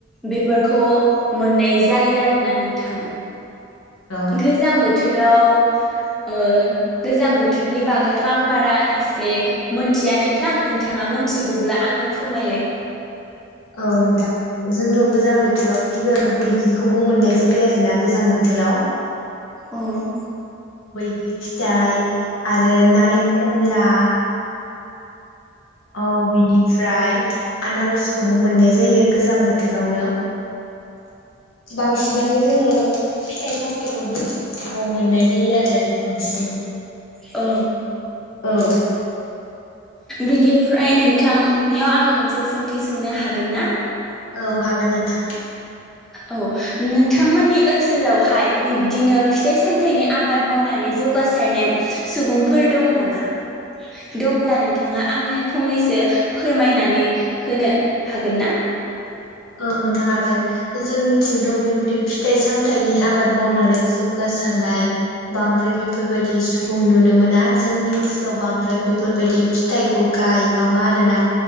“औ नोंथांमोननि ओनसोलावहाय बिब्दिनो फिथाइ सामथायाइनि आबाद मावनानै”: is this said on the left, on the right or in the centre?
Centre